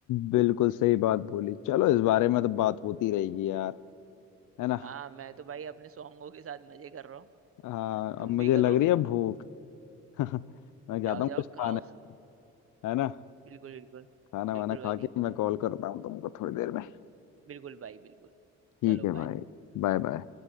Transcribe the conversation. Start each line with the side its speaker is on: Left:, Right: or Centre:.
Left: बिल्कुल सही बात बोली चलो इस बारे में तो बात होती रहेगी यार है ना
Right: आ मैं तो भाई अपने सॉन्गों के साथ मजे कर रहा
Left: हाँ
Right: हूँ तुम
Left: अब मुझे
Right: भी करो
Left: लग रही है भूख <laughs> मैं जाता
Right: जाओ
Left: हूँ
Right: जाओ
Left: कुछ खाने
Right: खाओ
Left: है ना
Right: <laughs> बिल्कुल बिल्कुल
Left: खाना
Right: बिल्कुल
Left: वाना
Right: भाई
Left: खा के मैं कॉल करता हूँ तुमको थोड़ी देर में
Right: बिल्कुल भाई बिल्कुल
Left: ठीक
Right: चलो
Left: है भाई
Right: बाय
Left: Bye bye